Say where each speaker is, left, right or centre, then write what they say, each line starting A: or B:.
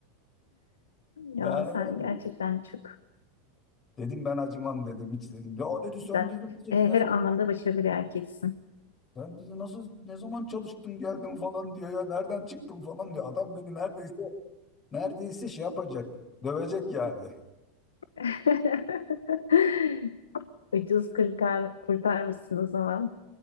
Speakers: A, on the left; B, on the left.
A: Yani
B: Ya sen
A: var ya.
B: gerçekten çok
A: Dedim ben acımam dedim hiç dedim. Ya dedi sen
B: güzel.
A: dedim
B: Eh,
A: ne
B: her
A: zaman
B: anlamda başarılı bir erkeksin.
A: sen dedi nasıl ne zaman çalıştın geldin falan diyor ya nereden çıktın falan diyor. Adam beni neredeyse Neredeyse şey yapacak. Dövecek yani.
B: <laughs> Ucuz kurtar, kurtarmışsın o zaman.